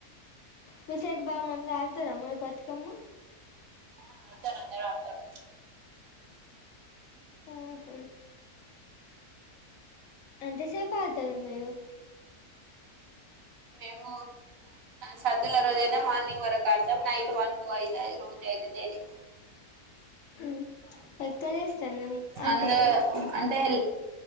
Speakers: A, on the left (about 65°); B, on the right (about 65°).
A: విసేట్ బావ మంద ఆతారా మరి బతుకమ్మ
B: ఆడుతారు అందర ఆళ్తారు
A: ఆహ అంటే సేపు అవుతారు మీరు
B: మేము సద్దుల రోజు అయితే మార్నింగ్ వరకు అర్తాం నైట్ వన్ టు అయితే రోజ అయితే తెేలి
A: ఉమ్ ఎక్కడ వేస్తారు అంటే
B: అందు అంటే